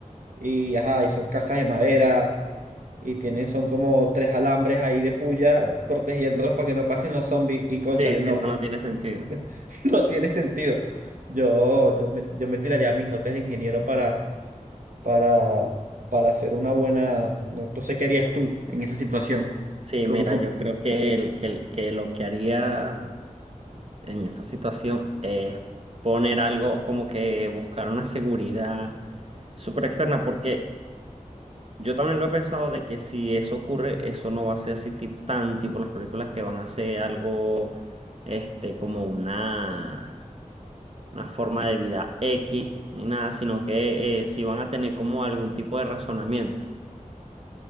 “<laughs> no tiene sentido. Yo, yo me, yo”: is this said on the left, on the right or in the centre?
Right